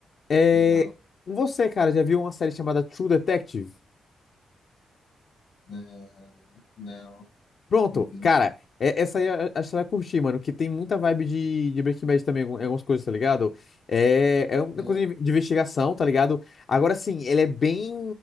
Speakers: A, on the left (about 55°); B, on the left (about 85°).
A: É...
B: Legal.
A: Você, cara, já viu uma série chamada True Detective?
B: É, não,
A: Pronto,
B: não vi, não.
A: cara, é- essa aí a- acho que você vai curtir, mano, que tem muita
B: Deixa
A: vibe
B: eu
A: de, de Breaking Bad também, algum- algumas coisas, tá ligado? É, é uma
B: ver.
A: coisa de de investigação, tá ligado? Agora sim, ele é bem,